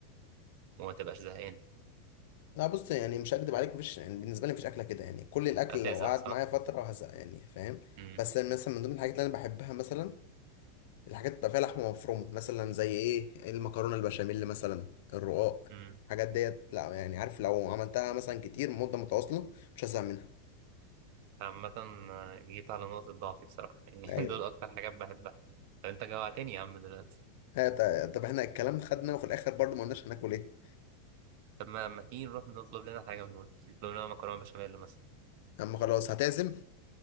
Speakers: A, on the right; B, on the left.
A: وما تبقاش زهقان
B: لا بص يعني مش هكدب عليك مفيش يعني بالنسبة لي مفيش أكلة كده يعني كل الأكل
A: هتزهق
B: لو قعد
A: صح؟
B: معايا فترة هزهق يعني فاهم
A: مم.
B: بس مثلا من ضمن الحاجات اللي أنا بحبها مثلا الحاجات اللي بتبقى فيها لحمة مفرومة مثلا زي ايه المكرونة البشاميل مثلا الرقاق
A: مم.
B: الحاجات ديت لا يعني عارف لو عملتها مثلا كتير مدة متواصلة مش هزهق منها
A: عامة آه، جيت على نقطة ضعفي بصراحة يعني
B: ايوه
A: <laughs> دول أكتر حاجات بحبها طب انت جوعتني يا عم دلوقتي
B: آه، ط- طب احنا الكلام خدنا وفي الاخر برضه ما قلناش هناكل ايه
A: طب ما ما تيجي نروح نطلب لنا حاجة من دول نطلب لنا مكرونة بشاميل مثلا
B: يا عم خلاص هتعزم